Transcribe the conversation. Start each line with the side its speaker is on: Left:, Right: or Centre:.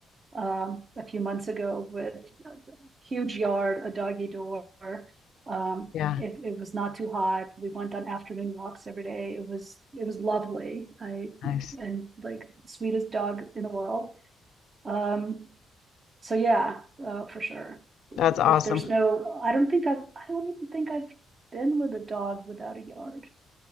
Right: um a few months ago with a huge yard, a doggy door. Um
Left: yeah,
Right: it, it was not too hot. We went on afternoon walks every day. It was it was lovely. I
Left: nice.
Right: and like sweetest dog in the world. Um so yeah, uh, for sure.
Left: That's awesome.
Right: If there's no, I don't think I've, I don't even think I've been with a dog without a yard.